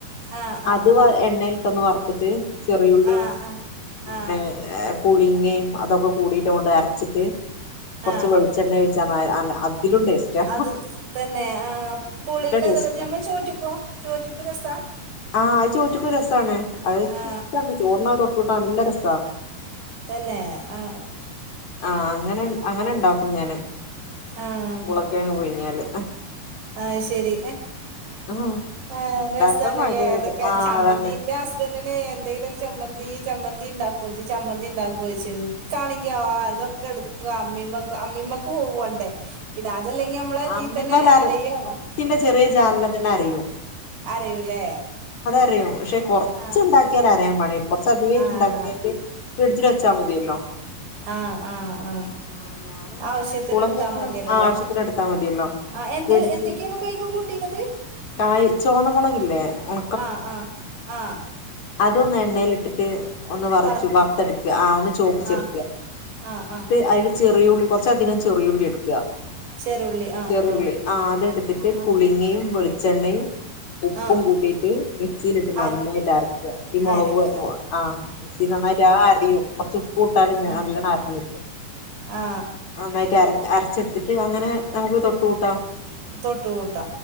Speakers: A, on the right; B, on the left.
A: ആ ആ
B: അത് വ എണ്ണയിലിട്ടൊന്ന് വറ്ത്ത്ട്ട് ചെറിയുള്ളും
A: ആ ആ
B: പിന്നെ
A: ആ
B: പുളിങ്ങയും അതൊക്കെ കൂടി ണ്ട് അരച്ചിട്ട് കുറ്ച്ച്
A: ആ
B: വെളിച്ചെണ്ണ ഒയ്ച്ച ന അ അതിലും ടേസ്റ്റാ
A: അത് തന്നെ ആ
B: നല്ല
A: പുളിക്ക്
B: ടേസ്റ്റാ
A: അത നമ്മൾ ചോറ്റക്കോ ചോറ്റക് രസ
B: ആഹ് അത് ചോറ്റക്കു രസാണ് അത്
A: ആ
B: ഇഷ്ട ചോർണ അ തൊട്ട്ട്ടാ നല്ല രസാ
A: തന്നെ ആ
B: ആ അങ്ങനെ അങ്ങനെ ഇണ്ടാക്കും ഞാന്
A: ആഹ
B: പൂളക്കിഴങ്ങ് പുഴുങ്ങിയാല്
A: ആഹ് ശരി
B: ആഹ്
A: ആ
B: ഇണ്ടാക്കാൻ
A: രസാണല്ലേ
B: മടിയായത്
A: അതൊക്കെ
B: ആഹ്
A: ചമ്മന്തി
B: അതാണ്
A: ന്റെ ഹസ്ബൻഡറ് ന് എന്തെലും ഒര് ചമ്മന്തി ചമ്മന്തി ഉണ്ടാക്കോ ജി ചമ്മന്തി ഉണ്ടാക്കോച്നിക്കാ ആണെങ്കി ആതൊക്കെ എടുക്കും അമ്മീമ്മ അമ്മീമ്മക്ക് പോവണ്ടേ പിന്നെ അതല്ലെങ്കി നമ്മള
B: അമ്മിമ്മലറി
A: നീ തന്നെ ആരെയ്യോ
B: മിക്സിന്റെ ചെറിയ ജാറിൽ തന്നെ അറിയോ
A: അരയൂലേ
B: അത്രവും പക്ഷെ കുറച്ച്
A: ആഹ്
B: ഉണ്ടാക്കിയാൽ അരിയൻ പണില്ല കുറ അധികമായിട്ട്
A: ആഹ്
B: ഉണ്ടാക്കിയട്ട് ഫ്രിഡ്ജിൽ വെച്ചാൽ മതിയല്ലോ
A: ആ ആ ആ
B: ആഹ് ഞാനങ്ങനെ
A: ആവശ്യത്തിന്
B: പൂളൊക്കെ
A: എടുത്താ മതിയല്ലോല്ലേ
B: ആവശ്യത്തിന് എടുത്താ മതിയല്ലോ
A: ആ എന്ത
B: ഫ്രിഡ്ജ്
A: എന്തൊക്കെയാണ് പൈക്ക് കൂട്ടീത്
B: കായ് ചോന്ന മുളകില്ലേ ഉണ
A: ആ ആ ആ
B: അതൊന്ന് എണ്ണൽ ഇട്ടിട്ട് ഒന്ന് വറച്ചു
A: വർക്ക്
B: വറുത്തെടുക്ക ആ ഒന്ന് ചോപ്പിച്ചെടുക്ക
A: ആ ആ
B: എന്നിട്ട്
A: ആ
B: അതില് ചെറിയുള്ളി കുറച്ചധികം ചെറിയുള്ളി എടുക
A: ചെറുള്ളി ആ
B: ചെറിയുള്ളിആ
A: ആ
B: അതെടുത്തിട്ട്
A: ആ
B: പുളിങ്ങയും വെളിച്ചെണ്ണയും ഉപ്പും
A: ആ
B: കൂട്ടിയിട്ട് മിക്സിയിലിട്ട് നന്നായിട്ട്
A: അരക്ക്
B: അരക്ക ഈ മുളക്
A: അരക്ക
B: ആ മിക്സിൽ നന്നായിട്ട് ആ അരയും കൊർച് ഉപ്പും ഇട്ടാൽ നല്ലണം
A: ആ
B: അറഞ്ഞിട്ടും
A: ആ
B: ആ ഒന്നായിട്ട് അര അരച്ചാടുത്ത് ട്ട് അങ്ങനെ നമുക്ക് തൊട്ട് കൂട്ടാ
A: തൊട്ട് കൂട്ടാ